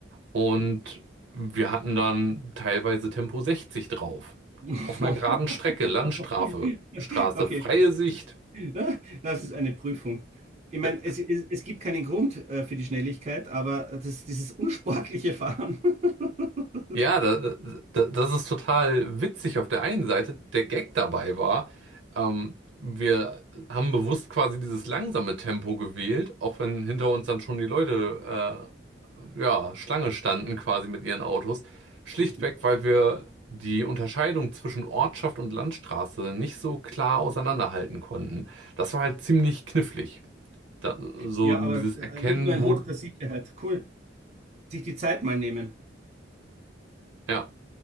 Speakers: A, on the right; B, on the right.
A: und wir hatten dann teilweise Tempo 60 drauf.
B: <laughs>
A: Auf einer geraden Strecke, Landstraße, Straße,
B: Okay,
A: freie Sicht.
B: Ne? das ist eine Prüfung. Ich meine,
A: Da-
B: es, es, es gibt keinen Grund äh, für die Schnelligkeit, aber das, dieses unsportliche Fahren. <laughs>
A: Ja, da, da, das ist total witzig auf der einen Seite. Der Gag dabei war, ähm, wir haben bewusst quasi dieses langsame Tempo gewählt, auch wenn hinter uns dann schon die Leute, äh, ja, Schlange standen quasi mit ihren Autos. Schlichtweg,
B: Ja,
A: weil wir die Unterscheidung zwischen Ortschaft und Landstraße nicht so klar auseinanderhalten konnten. Das war halt ziemlich knifflig. Da, so
B: Ja,
A: dieses
B: aber
A: Erkennen,
B: äh, nicht nur ein
A: wo,
B: Hoch der Sicherheit. Cool. Sich die Zeit mal nehmen.
A: ja.